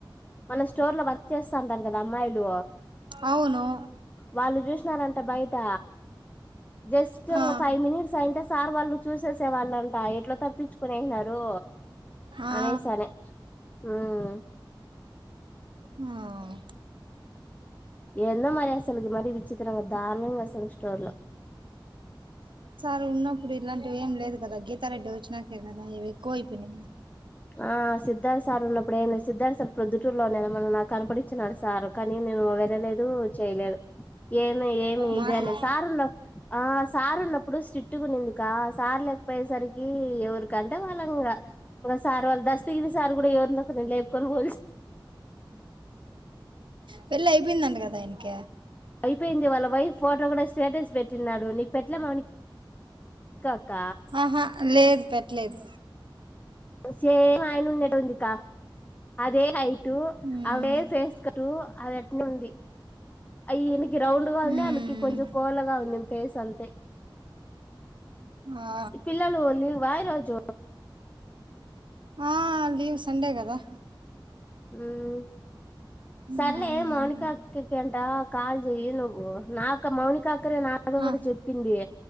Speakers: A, on the left; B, on the right.
A: మన స్టోర్ లో వర్క్ చేస్తా ఉంటారు కదా అమ్మాయిలు
B: అవును
A: వాళ్ళు చూసినారంట బయట జస్ట్ ఇంగ
B: ఆ
A: ఫైవ్ మినిట్స్ అయింటె సా ఆర్ వాళ్ళు చూసేసే వాళ్ళంట ఎట్లా తప్పించుకునేసినారు
B: ఆ
A: అనేసి అనే ఉమ్
B: ఉమ్.
A: ఏందో మరి అసలుకి మరి విచిత్రంగా. దాణంగాసం స్టోర్ లో.
B: చిన్నప్పుడు ఇలాంటివేవీ లేవు కదా గీతారెడ్డి వచ్చినంక ఇవి ఎక్కువైపోయినయ్..
A: ఆ సిద్ధార్థ సార్ ఉన్నప్పుడు ఏం సిద్ధార్థ సార్ ప్రొద్దుటూరులోనే మనం నాకు కనపడి. వినడు సారు కానీ నేను వెళ్ళలేదు చేయలేదు ఏమి ఏమి
B: మాటలు
A: ఇదే అని సార్ల్లో. ఆ సార్ ఉన్నప్పుడు స్్రిట్టు కొనేందుక సార్ లేకపోయేసరికి ఎవరికి. గర్ద వాలంగా. ఒక సార్ వాళ్ళు దస్తకిిన సార్ కూడా ఎవరిందిక్క నేను లేపుకొని పోలి.
B: పెళ్ళి అయిపోయిందండి కదా ఆయనక.
A: అయిపోయింది వాళ్ళ వైఫ్ ఫోటో కూడా స్టేటస్ పెట్టినాడు నీకు పెట్టలే అవని. ఇంకా క.
B: ఆహా లేదు పెట్టలేదు.
A: సేమ్ అయన ఉన్నేట ఉందికా అదే హైట్.
B: ఉమ్
A: అవే ఫేస్ కట్టు అది అట్నే ఉంది. ఈయనకి రౌండ్ గా ఉంది
B: ఉమ్
A: ఆమెకి కొంచెం కోలగా ఉంది ఫేస్ అంతే.
B: ఆ
A: పిలాలు వలీ వాయిరు చ.
B: ఆ లీవ్ సండే కదా.
A: ఉమ్.
B: ఉమ్
A: సర్లే మౌనికక్కకంట కాల్ జయయిి నువ్వు నాక మౌనిక. అక్కడే నాతో కూడా
B: ఆ
A: చెప్పింది